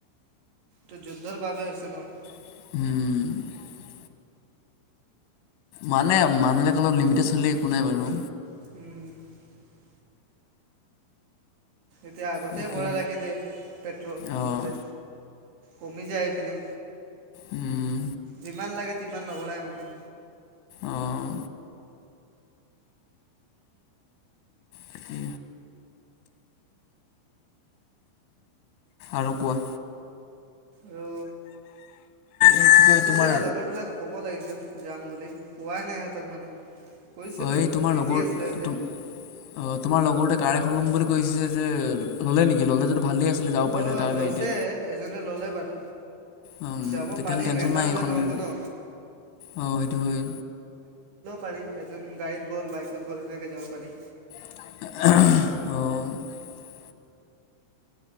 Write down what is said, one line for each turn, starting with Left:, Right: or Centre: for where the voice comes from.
Right: টো যুদ্ধৰ বাবে হৈছে ন।
Left: হম মানে মানুহলৈকে অলপ লিমিটে চললে একো নাই বাৰু।
Right: উম এতিয়া আগতেই
Left: বাকী
Right: ভৰাই ৰাখি দিয়ে পেট্ৰল
Left: অঁ
Right: বহুতে কমি যায় আহি পিনে।
Left: উম।
Right: যিমান লাগে তিমান নভৰাই মানে।
Left: অঁ তাকে। আৰু কোৱা।
Right: আৰু
Left: এই কি কয়
Right: কলো
Left: তোমাৰ
Right: যে লগৰবিলাকক ক'ব লাগিছিল। যাম বুলি কোৱাই নাই ইহঁতক মানে। কৈছিলোঁ
Left: অ এই তোমাৰ
Right: বিজি
Left: লগৰ
Right: আছিলে সিহঁতে
Left: অ তোমাৰ লগৰতে কাৰ এখন ল'ম বুলি কৈছে যে ললে নেকি ললে যদি। ভালেই আছিলে যাব পাৰিলোঁ
Right: অ
Left: হয় তাৰ
Right: লৈছে
Left: গাড়ীতে
Right: এজনে ললে বাৰু
Left: উম
Right: যাব
Left: তেতিয়াহ'লে
Right: পাৰিম
Left: টেনশ্যন
Right: এটা
Left: নাই
Right: হলে
Left: এইখন
Right: নহ'ব
Left: গাড়ীৰ
Right: ন।
Left: অঁ সেইটো হয়
Right: পাৰি যোন গাড়ীত গ'ল বাইকত গ'ল সেনেকে যাব পাৰি।
Left: অ'।